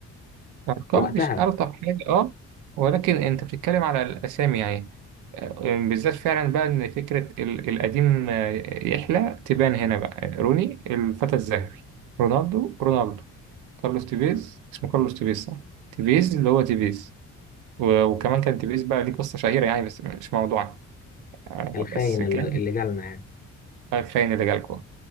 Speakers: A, on the right; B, on the left.
A: الأرقام
B: وقتها
A: مش ألطف حاجة أه ولكن أنت بتتكلم على الأسامي يعني آه، يعني بالذات فعلا بقى إن فكرة ال- القديم آه، يحلى تبان هنا بقى روني الفتى الذهبي رونالدو رونالدو كارلوس تيفيز اسمه كارلوس تيفيز صح تيفيز اللي هو تيفيز و- وكمان كان تيفيز بقى ليه قصة شهيرة يعني بس مش موضوعنا آه،
B: الخاين
A: بس كان
B: اللي, اللي جالنا يعني
A: خاين اللي جالكوا